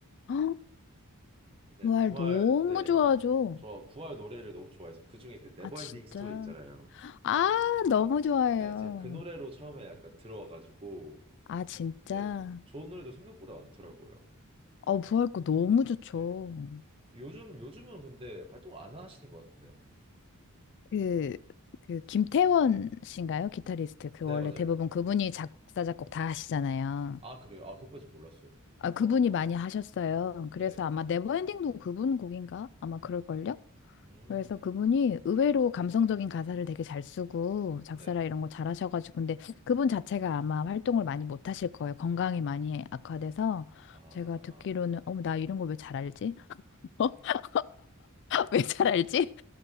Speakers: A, on the left; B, on the right.
A: <gasps> 어,
B: 네,
A: 부활
B: 부활,
A: 너무
B: 네.
A: 좋아하죠.
B: 저 부활 노래를 너무 좋아해서 그중에 그 네버엔딩
A: 아, 진짜.
B: 스토리 있잖아요.
A: 아,
B: 아,
A: 너무
B: 제,
A: 좋아해요.
B: 네, 제가 그 노래로 처음에 약간 들어와가지고
A: 아, 진짜.
B: 네, 좋은 노래도 생각보다 많더라고요.
A: 어, 부활 거 너무 좋죠.
B: 네. 요즘 요즘은 근데 활동 안 하시는 것 같은데요?
A: 그, 그, 김태원 씨인가요? 기타리스트. 그
B: 네,
A: 원래
B: 맞아요.
A: 대부분 그분이 작사, 작곡 다 하시잖아요.
B: 아, 그래요? 아, 그것까진 몰랐어요.
A: 아, 그분이
B: 아,
A: 많이 하셨어요.
B: 네.
A: 그래서 아마 네버엔딩도 그분 곡인가? 아마 그럴걸요?
B: 음,
A: 그래서 그분이 의외로 감성적인 가사를 되게 잘 쓰고 작사라
B: 네.
A: 이런 거 잘하셔가지고 근데 그분 자체가 아마 활동을 많이 못 하실 거예요. 건강이 많이 악화돼서
B: 아,
A: 제가 듣기로는 어머 나 이런 걸 왜 잘 알지? <laughs> 왜 잘 알지?